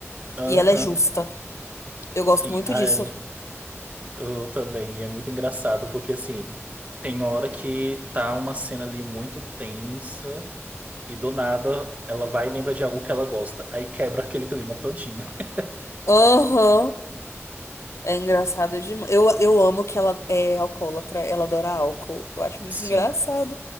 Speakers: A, on the right; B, on the left.
A: Aham.
B: E ela é justa. Eu
A: Sim.
B: gosto muito
A: Ai,
B: disso.
A: eu também. E é muito engraçado, porque assim, tem hora que tá uma cena ali muito tensa e do nada ela vai e lembra de algo que ela gosta, aí quebra aquele clima todinho. <laughs>
B: Aham. É engraçado demais. Eu, eu amo que ela é alcoólatra, ela adora álcool. Eu acho muito
A: Sim.
B: engraçado.